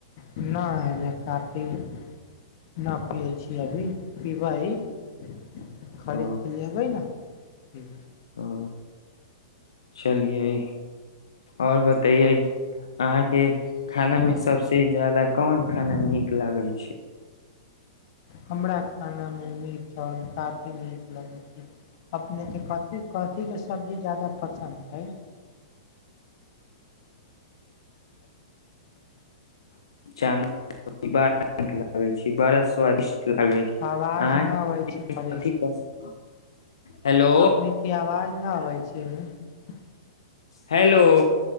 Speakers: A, on the left; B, on the left.
A: न है ने काफी न पियै छीिय अभी पीबै ह खरीदके
B: ओ
A: लि अबै ने ठ
B: ओ चलियै आओर बतैयै अहाँके खानामे सभसँ जादा कोन खाना नीक लागै छै
A: हमरााक खानामे मीठ चाउल काफी नीक लगै छै अपने के कथि कथिी के सब्जी जा पररसै
B: च बा लागै छै बड़ा स्वादिष्ट लागे छै अहाँके
A: आवाज नहि अबै छी पै
B: कथि पसन्द हेलो
A: अपनेके आवाज नहि अबै छी एहिमे
B: हेलो